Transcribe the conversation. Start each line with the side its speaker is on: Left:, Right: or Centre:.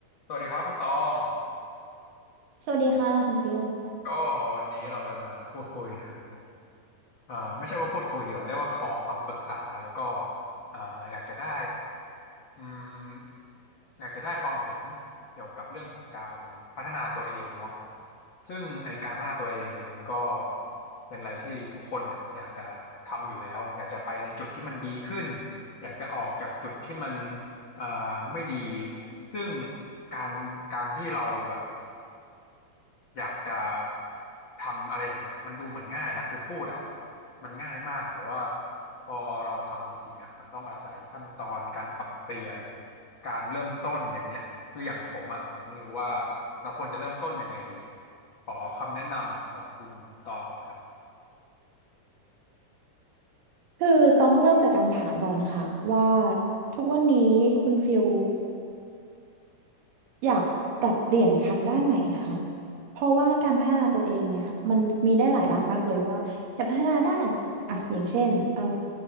Left: สวัสดีครับคุณตอง
Right: สวัสดีค่ะคุณฟิล
Left: ก็วันนี้เราจะมาพูดคุยถึงอ่าไม่ใช่ว่าพูดคุยดีกว่าเรียกว่าขอคำปรึกษาแล้วก็อ่าอยากจะได้อืมอยากจะได้ความเห็นเกี่ยวกับเรื่องของการพัฒนาตัวเองเนาะซึ่งไอการพัฒนาตัวเองเนี่ยมันก็เป็นอะไรที่ทุกคนเนี่ยอยากจะทำอยู่แล้ว อยากจะไปในจุดที่มันดีขึ้น อยากจะออกจากจุดที่มันอ่าไม่ดี ซึ่งการการที่เราแบบ อยากจะทำอะไรอย่างเงี้ยมันดูเหมือนง่ายนะคือพูดอ่ะมันง่ายมากแต่ว่าพอเราทำจริงๆอ่ะมันต้องอาศัยขั้นตอนการปรับเปลี่ยนการเริ่มต้นอย่างเนี้ยคืออย่างผมอ่ะผมไม่รู้ว่าเราควรจะเริ่มต้นยังไงดีขอคำแนะนำของคุณตองครับ
Right: คือตองต้องเริ่มจากการถามก่อนค่ะว่าทุกวันนี้คุณฟิลอยากปรับเปลี่ยนทางด้านไหนคะเพราะว่าการพัฒนาตัวเองเนี่ยมันมีได้หลายด้านมากเลยว่าอยากพัฒนาด้านอ่ะอย่างเช่นเอ่อ